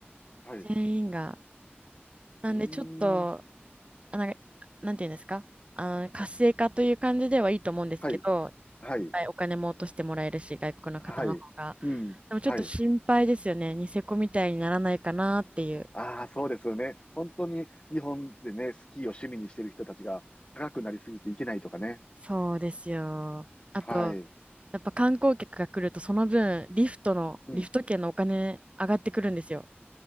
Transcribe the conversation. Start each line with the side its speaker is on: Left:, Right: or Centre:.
Left: はい。
Right: 全員が。なんでちょっと
Left: うーん。
Right: あ、なんか、なんていうんですかあの、活性化という感じではいいと思うんですけど、
Left: はい。はい。
Right: いっぱいお金も落としてもらえるし、外国の方の方が。
Left: はい。うん。
Right: でもちょっと心配ですよね。
Left: はい。
Right: ニセコみたいにならないかなっていう。
Left: ああ、そうですよね。本当に日本でね、スキーを趣味にしてる人たちが高くなりすぎていけないとかね。
Right: そうですよ。あと、
Left: はい。
Right: やっぱ観光客が来ると、その分、リフトの、
Left: うん。
Right: リフト券のお金上がってくるんですよ。